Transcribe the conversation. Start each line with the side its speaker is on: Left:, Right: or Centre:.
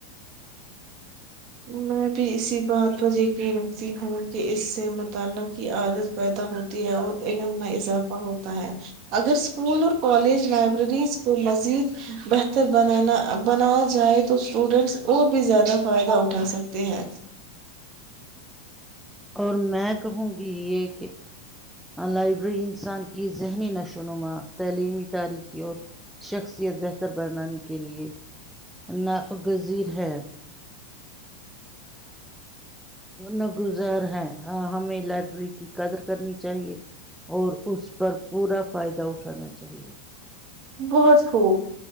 Right: میں بھی اسی بات پر رکھتی ہوں کہ اس سے مطالعہ کی عادت پیدا ہوتی ہے اور علم میں اضافہ ہوتا ہے اگر اسکول اور کالج لائبریریز کو مزید بہتر بنانا بنایا جائے تو اسٹوڈینٹس اور بھی زیادہ فائدہ اٹھا سکتے ہیں
Centre: اور میں کہوں گی یہ کہ لائبریری انسان کی ذہنی نشو نما تعلیمی تاریخی اور شخصیت بہتر بنانے کے لیے ناگذیر ہے نگزار ہے ہمیں لائبریری کی قدر کرنی چاہیے اور اس پر پورا فائدہ اٹھانا چاہیے
Right: بہت خوب